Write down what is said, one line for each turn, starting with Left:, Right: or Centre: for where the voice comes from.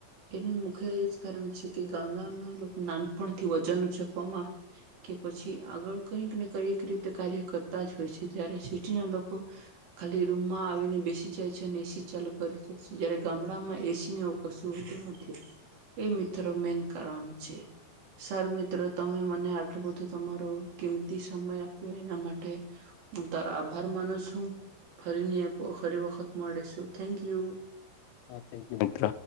Right: એનું મુખ્ય એ જ કારણ છે કે ગામડાના લોકો નાનપણથી વજન ઉચકવામાં કે પછી આગળ કઈક ને <unintelligible> રીતે કાર્ય કરતા જ હોય છે જયારે સિટીના લોકો ખાલી રૂમમાં આવીને બેસી જાય છે અને એસી ચાલુ કરી જાય છે જારે ગામડામાં એસી કશુંતું નથી એ મિત્ર મેન કારણ છે સર મિત્રો તમે મને આટલું બધું તમારો કિમતી સમય આપ્યો એના માટે હું તારો આભાર માનું છું ફરી ફરી વખત મળીશું થેકુ
Left: હા થેન્ક યુ મિત્ર